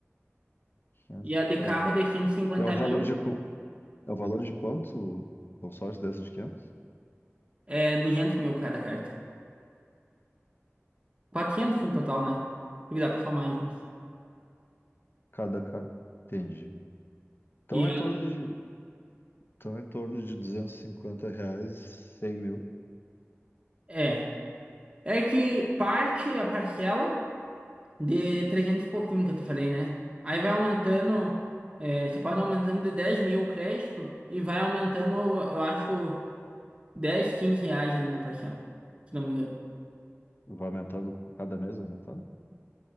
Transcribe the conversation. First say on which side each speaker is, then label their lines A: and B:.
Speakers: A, on the left; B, on the right.
A: 500?
B: E a de carro
A: É,
B: de cento e cinquenta
A: E é o valor
B: mil
A: de, qu- é o valor de quanto o consórcio dessa de 500?
B: é 200 mil cada carta. quatrocentos no total, né? Porque dá pra somar mais duas.
A: Cada, cada. Entendi. Então
B: E
A: é em
B: a-
A: torno de, então é em torno de 250 reais, 100 mil.
B: é. É que parte a parcela de 300 e pouquinho que eu te falei, né? Aí vai aumentando. é, você pode aumentando de 10 mil o crédito e vai aumentando, eu acho, dez 15 reais ali na parcela, se não me engano.
A: Vai aumentando com cada mês, vai aumentando?